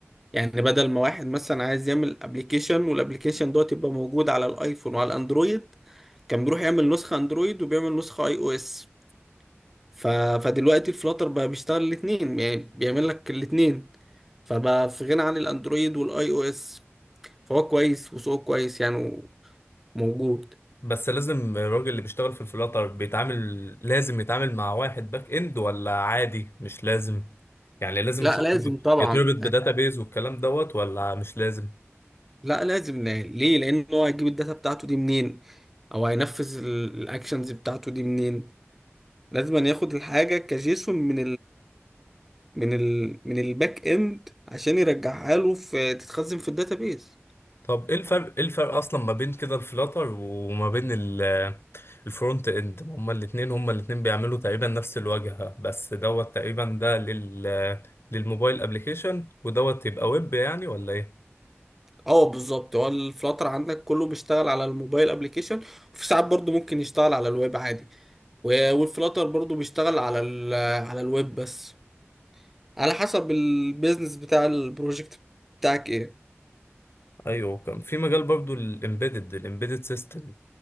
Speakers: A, in the centre; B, on the left.
A: يعني بدل ما واحد مثلا عايز يعمل ابلكيشن والابلكيشن دوت يبقى موجود على الايفون وعلى الاندرويد كان بيروح يعمل نسخة اندرويد وبيعمل نسخة اي او اس ف... فدلوقتي الفلاتر بقى بيشتغل الاثنين يعني بيعمل لك الاثنين فبقى في غنى عن الاندرويد والاي او اس فهو كويس وسوقه كويس يعني موجود
B: بس لازم الراجل اللي بيشتغل في الفلاتر بيتعامل لازم يتعامل مع واحد باك اند ولا عادي مش لازم يعني لازم
A: لا
B: شغله
A: لازم طبعا
B: يتربط بداتابيز والكلام دوت ولا مش لازم
A: لا لازم لا- ليه لان هو هيجيب الداتا بتاعته دي منين او هينفذ ال- الاكشنز بتاعته دي منين لازم أن ياخد الحاجة كجيسون من من ال... من الباك اند عشان يرجعها له في تتخزن في الداتابيز
B: طب ايه الفرق ايه الفرق اصلا ما بين كده الفلاتر وما بين ال- الفرونت اند هما الاتنين هما الاتنين بيعملوا تقريبا نفس الواجهة بس دوت تقريبا ده لل للموبايل ابلكيشن ودوت يبقى ويب يعني ولا ايه
A: اه بالظبط هو الفلاتر عندك كله بيشتغل على الموبايل ابلكيشن وفي ساعات برضو ممكن يشتغل على الويب عادي و- والفلاتر برضو بيشتغل على ال... على الويب بس على حسب البيزنس بتاع البروجكت بتاعك ايه
B: ايوه كان في مجال برضو الامبيدد الامبيدد سيستم